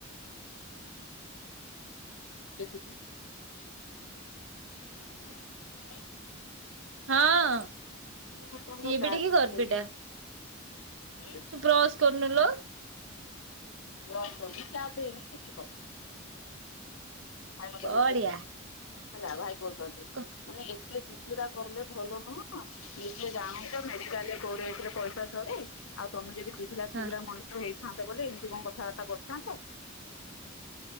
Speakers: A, on the left; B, on the right.
A: ଦେଖୁଚି। <unintelligible>
B: ହଁ।
A: ମୁଁ ଏ ପଯ୍ୟନ୍ତ
B: ସିଏ
A: ଗାଧେଇନି,
B: ବି ଟିକେ ଗର୍ବିଟା
A: ଉଁ
B: ତୁ ବ୍ରସ୍ କରୁନୁ ଲୋ।
A: ବ୍ରସ୍ କରିନୁ, ଚା ପିଇନୁ, କିଛି କରୁନୁ। ଭାଇ ମତେ
B: ବଢିଆ।
A: ବୁଝଉଛନ୍ତି, ହେଲା ଭାଇ କହୁଛନ୍ତି
B: ହଁ
A: ମାନେ ଏ ଏତେ ଜିଦ୍ଦିଟା କଲେ ଭଲ ନୁହଁ, ନିଜେ ଜାଣନ୍ତୁ ମେଡ଼ିକାଲରେ କୋଉରେଟରେ ପଇସା ଥରେ, ଆଉ ତମେ ଯଦି ବୁଝିଲା
B: ହଁ
A: ସୁୁଝିଲା ମଣିଷ ହେଇଥାନ୍ତ ବୋଲି ଏମିତି କଣ କଥାବାର୍ତ୍ତା କରିଥାନ୍ତ?